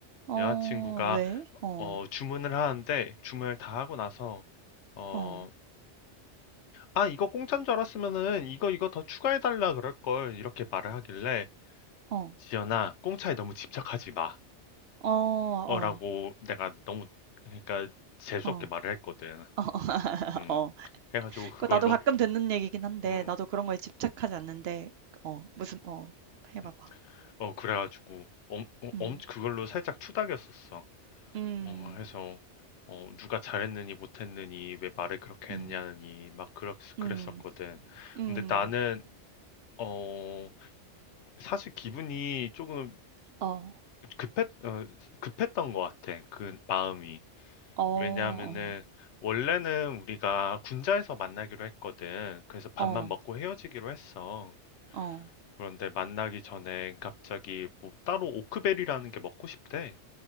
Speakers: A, on the right; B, on the left.
A: 어
B: 여자친구가,
A: 왜? 어.
B: 어, 주문을 하는데, 주문을 다 하고 나서, 어,
A: 어.
B: 아, 이거 공짜인 줄 알았으면은 이거 이거 더 추가해달라 그럴걸. 이렇게 말을 하길래
A: 어.
B: 지연아, 공짜에 너무 집착하지 마.
A: 어. 어.
B: 어, 라고 내가 너무, 그러니까 재수없게
A: 어.
B: 말을 했거든.
A: 어. <laughs>
B: 음.
A: 어.
B: 해가지고 그걸로,
A: 그 나도 가끔 듣는 얘기긴 한데
B: 음,
A: 나도 그런 거에 집착하지 않는데 어 무슨 어 해 봐봐.
B: 음. 어, 그래가지고 엄, 어,
A: 음.
B: 엄, 그걸로 살짝 투닥였었어.
A: 음.
B: 어, 해서, 어, 누가 잘했느니 못했느니 왜 말을 그렇게
A: 음.
B: 했냐니 막 그렇, 그랬었거든.
A: 음. 음.
B: 근데 나는, 어, 사실 기분이 조금
A: 어.
B: 급했, 어, 급했던 것 같아. 그 마음이.
A: 어. 어.
B: 왜냐하면은 원래는 우리가 군자에서 만나기로 했거든. 그래서 밥만
A: 어.
B: 먹고 헤어지기로 했어.
A: 어.
B: 그런데 만나기 전에 갑자기 뭐 따로 오크베리라는 게 먹고 싶대.